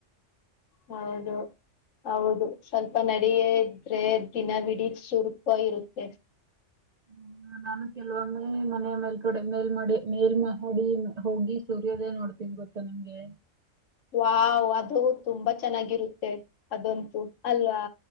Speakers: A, on the left (about 75°); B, on the right (about 90°).
A: ಹೌದು ಹೌದು ಸ್ವಲ್ಪ ನ ಡ ಇದ್ರೆ ದಿನ ಬಿಡ ಶುರ್ಕ ಇರುತ್ತೆ
B: ಹ್ಮ ನಾನು ಕೆಲವೊಮ್ಮೆ ಮನೆಯ ಮೇಲ್ ಕಡೆ ಮೇಲ್ಮಡಿ ಮೇಲ್ಮಹಡಿ ಹೋಗಿ ಸೂರ್ಯೋದಯ ನೋಡ್ತ ತಿನ್ ಗೊತ್ತಾ ನಮ್ಗೆ
A: ವಾವ್ ಅದು ತುಂಬಾ ಚೆನ್ನಾಗಿರುತ್ತೆ ಅದಂತೂ ಅಲ್ವಾ